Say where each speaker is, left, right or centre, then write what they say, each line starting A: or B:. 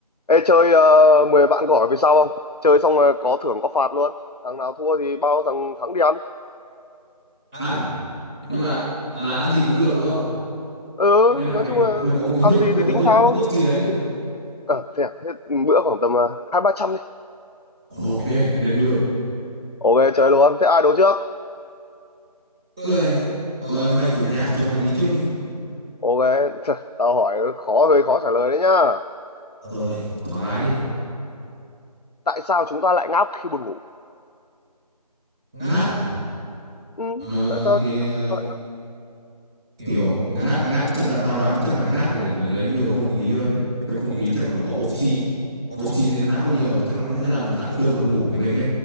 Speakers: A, on the left; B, in the centre.
A: Ê, chơi uh, 10 vạn gỏi về sau không? Chơi xong rồi có thưởng có phạt luôn. Thằng nào thua thì bao thằng thắng đi ăn.
B: ăn à? nhưng mà là ăn gì cũng được đúng không
A: Ừ,
B: hay là phải
A: nói
B: có
A: chung là
B: phải có một cái mức
A: ăn gì
B: phải có
A: thì
B: một
A: tính sao?
B: cái mức gì đấy chứ
A: Ờ, thế, à? thế bữa khoảng tầm ờ, hai ba trăm đi.
B: ok lên đường
A: Ok, chơi luôn. Thế ai đấu trước?
B: ơi ơi mày chủ nhà cho mày đi trước đi
A: Ok, <laughs> tao hỏi khó hơi khó trả lời đấy nhá.
B: ơi thoải mái đi
A: Tại sao chúng ta lại ngáp khi buồn ngủ?
B: ngáp à
A: Ừ,
B: Ờ,
A: tại sao
B: thì
A: chúng
B: ờ, ki-
A: ta lại ngáp?
B: kiểu ngáp ngáp chắc là tao đoán chắc là ngáp là để lấy nhiều không khí hơn đấy trong không khí chắc là nó có oxy oxy lên não nhiều thì chắc là nó sẽ làm giảm cơn buồn ngủ của mình ấy